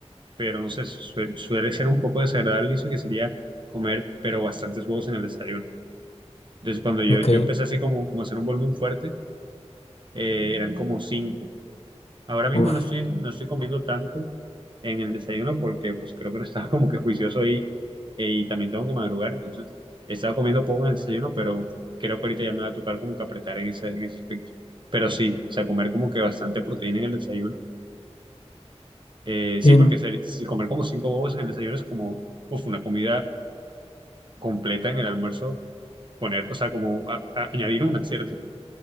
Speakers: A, on the right (about 45°); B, on the left (about 65°).
A: pero no sé, suel- suele ser un poco desagradable al inicio que sería comer, pero bastantes huevos en el desayuno. Entonces, cuando yo,
B: Ok.
A: yo empecé así como, como a hacer un volumen fuerte, eh, eran como cinco. Ahora mismo
B: Uf.
A: no estoy, no estoy comiendo tanto en el desayuno porque pues creo que no estaba como que juicioso y, y también tengo que madrugar, entonces he estado comiendo poco en el desayuno, pero creo que ahorita ya me va a tocar como que apretar en ese, en ese aspecto. Pero sí, o sea, comer como que bastante proteína en el desayuno. Eh, sí,
B: Sí,
A: porque ser- si comer como cinco huevos en el desayuno es como, uf, una comida completa en el almuerzo poner, o sea, como a- a- añadir una, ¿cierto?